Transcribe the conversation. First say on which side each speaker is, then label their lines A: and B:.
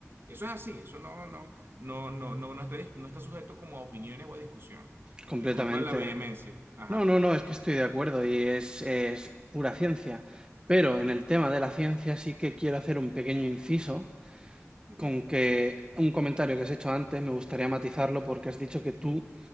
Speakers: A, on the right; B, on the right.
A: eso es así, eso no, no, no, no, no, no está, no está sujeto como a opiniones o a discusión.
B: completamente.
A: Y disculpa la vehemencia. Ajá.
B: No, no, no, es que estoy de acuerdo y es, es pura ciencia. Pero en el tema de la ciencia sí que quiero hacer un pequeño inciso
A: ujú.
B: con que un comentario que has hecho antes me gustaría matizarlo porque has dicho que tú